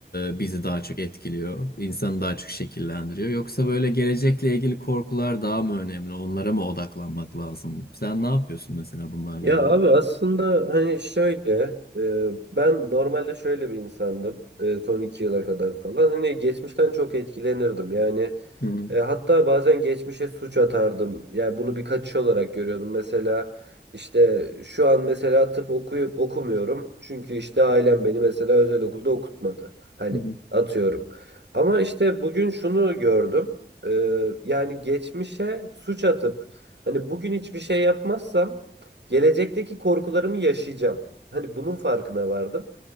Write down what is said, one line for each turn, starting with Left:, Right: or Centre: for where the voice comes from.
Left: e, bizi daha çok etkiliyor, insanı daha çok şekillendiriyor? Yoksa böyle gelecekle ilgili korkular daha mı önemli? Onlara mı odaklanmak lazım? Sen ne yapıyorsun mesela bunlarla
Right: Ya
Left: ilgili?
Right: abi aslında hani şöyle e, ben normalde şöyle bir insandım e, son iki yıla kadar falan hani geçmişten çok etkilenirdim yani
Left: Hı hı,
Right: e, hatta bazen geçmişe suç atardım yani bunu bir kaçış olarak görüyordum mesela işte şu an mesela tıp okuyup okumuyorum çünkü işte ailem beni mesela özel okulda okutmadı hani
Left: hı hı,
Right: atıyorum ama işte bugün şunu gördüm E, yani geçmişe suç atıp hani bugün hiçbir şey yapmazsam Gelecekteki korkularımı yaşayacağım. Hani bunun farkına vardım.